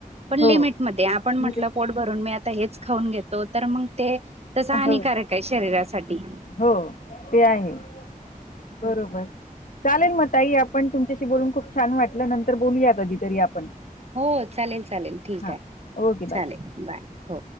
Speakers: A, on the right; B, on the left.
A: पण लिमिटमधे.
B: हो
A: आपण म्हटलं,
B: ले
A: पोट भरून मी आता, हेच खाऊन घेत तो. तर मग ते, तसं हानिकारकय,
B: हो
A: शरीरासाठी.
B: हो. ते आहे. बरोबर. चालेल मग ताई. आपण, तुमच्याशी बोलून खूप छान वाटलं. नंतर बोलूया कधीतरी आपण.
A: हो. चालेल, चालेल. ठीकाय.
B: हां ओके
A: चालेल,
B: बाय
A: बाय. हो.